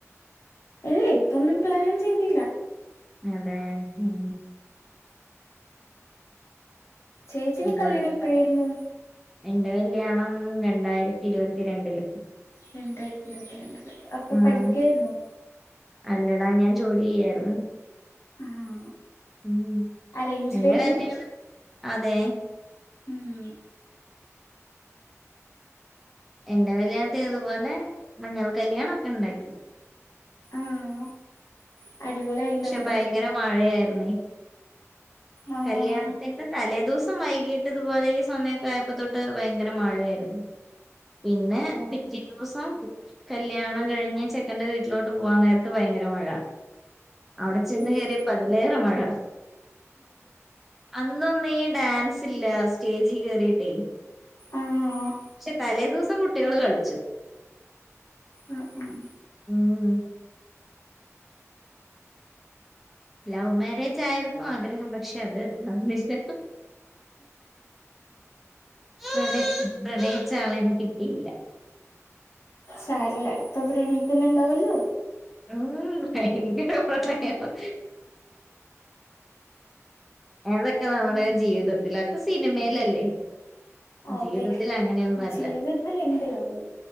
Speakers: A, on the left (about 60°); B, in the centre.
A: അല്ല ഇപ്പൊന്നും പ്ലാൻ ചെയ്തില്ല
B: അതെ ഉം
A: ചേച്ചിന്റെ
B: ഇവിത്തെ
A: കല്യാണം എപ്പഴായിരുന്നു
B: എന്റെ കല്യാണം രണ്ടായിരത്തി ഇരുപത്തിരണ്ടില്
A: രണ്ടായിരത്തി ഇരുപത്തിരണ്ടില് അപ്പൊ
B: ഉം
A: പഠിക്കായിരുന്നു
B: അല്ലടാ ഞാൻ ജോലി ചെയ്യായിരുന്നു
A: ആഹ്
B: ഉം
A: അറേഞ്ച്ഡ്
B: പിന്നെ
A: ആയിരുന്നു
B: തന്നെയ അതെ
A: ഉം
B: എന്റെ കല്യാണത്തിന് ഇതുപോലെ മഞ്ഞൾ കല്യാണം ഒക്കെ ഉണ്ടായി
A: ആഹ് അടിപൊളി ആയിണ്ടാവല്ലോ
B: പക്ഷെ ഭയങ്കര മഴയായിരുന്നു
A: ആഹ്
B: കല്യാണത്തിന്റെ തലേദിവസ- ദിവസം വൈകിട്ട് ഇതുപോലെ ഈ സമയമൊക്കെ ആയപ്പോ തൊട്ട് ഭയങ്കര മഴയായിരുന്നു. പിന്നെ
A: ഓഹ്
B: പിറ്റേ ദിവസം കല്ല്യാണം കഴിഞ്ഞ് ചെക്കന്റെ വീട്ടിലോട്ട് പോവാൻ നേരത്ത് ഭയങ്കര മഴ അവിടെ ചെന്ന്
A: ഓഹ്
B: കയറി റിയപ്പോ അതിലേറെ മഴ അന്നൊന്നീ ഡാൻസില്ല സ്റ്റേജിൽ കേറിട്ടെ
A: ആഹ്
B: പക്ഷെ തലേ ദിവസം കുട്ടികള് കളിച്ചു
A: ആഹ് ആഹ്
B: ഉം ലവ് മാരേജ് ആയിരുന്നു ആഗ്രഹം പക്ഷെ അത് നടന്നില്ല പ്രണയി പ്രണയിച്ച ആളേനെ കിട്ടിയില്ല
A: സാരല്ല ഇപ്പൊ പ്രണിക്കുന്നുണ്ടാവോല്ലോ
B: ഉം ഭയങ്കര പ്രണയമാ ഏതൊക്കെ നമ്മുടെ ജീവിതത്തിലൊക്കെ സിനിമയിലല്ലേ
A: അതെ
B: ജീവിതത്തിൽ അങ്ങനെയൊന്നുംല്ല
A: ജീവിതത്തിൽ എന്ത് ലവ്